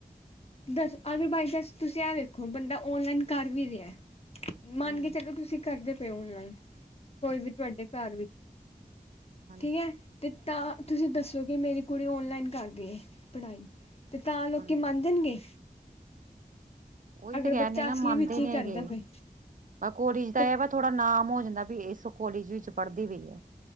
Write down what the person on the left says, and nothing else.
ਦੱਸ ਅਗ ਬਾਈ ਚਾਂਸ ਤੁਸੀਂ ਆ ਵੇਖੋ ਬੰਦਾ ਓਨਲਾਈਨ ਕਰ ਵੀ ਰਿਹਾ। ਮੰਨ
ਕੇ ਚਲੋ ਤੁਸੀਂ ਕਰਦੇ ਤੇ ਓਨਲਾਈਨ ਕੋਈ ਵੀ ਤੁਹਾਡੇ ਘਰ ਵਿੱਚ
ਠੀਕ ਏ ਤੇ ਤਾਂ ਤੁਸੀਂ ਦੱਸੋ ਕਿ ਮੇਰੀ ਕੁੜੀ ਔਨਲਾਈਨ ਕਰ ਰਹੀ ਹੈ ਪੜ੍ਹਾਈ ਤੇ ਤਾਂ ਲੋਕੀ
ਮਨ ਜਾਣ ਗੇ।
ਬੱਚਾ
ਅਸਲੀ
ਵਿੱਚ ਹੀ
ਕਰਦਾ
ਪਏ
ਤੇ